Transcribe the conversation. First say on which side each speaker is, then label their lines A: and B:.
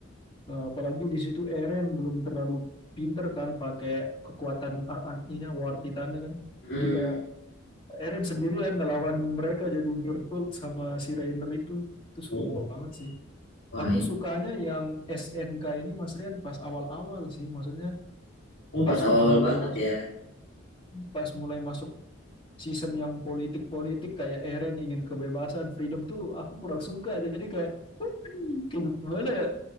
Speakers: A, on the left; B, on the left.
A: Nah, apalagi di situ Eren belum terlalu pinter kan pakai kekuatan RNI-nya War Titannya kan
B: Mm.
A: jadi kayak Eren sendirian ngelawan mereka jadi bertult sama si Reiner itu itu seru
B: Oh,
A: banget sih
B: wah.
A: Aku sukanya yang SNK ini Mas Rian pas awal-awal sih, maksudnya
B: Oh,
A: pas
B: pas awal-awal
A: udah mulai
B: banget
A: masuk,
B: ya.
A: pas mulai masuk season yang politik-politik kayak Eren ingin kebebasan, freedom tuh aku kurang suka. Jadi kayak kayak gimana ya?